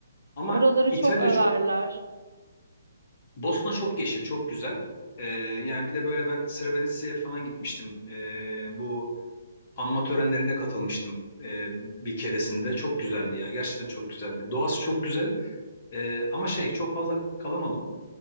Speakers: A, on the left; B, on the right.
A: Ama
B: Oraları
A: İtalya
B: çok överler.
A: çok Bosna çok yeşil çok güzel. E, yani bir de böyle ben Srebrenica'ya falan gitmiştim. E, bu anma törenlerine katılmıştım e, bir keresinde. Çok güzeldi ya gerçekten çok güzeldi. Doğası çok güzel E, ama şey çok fazla kalamadım.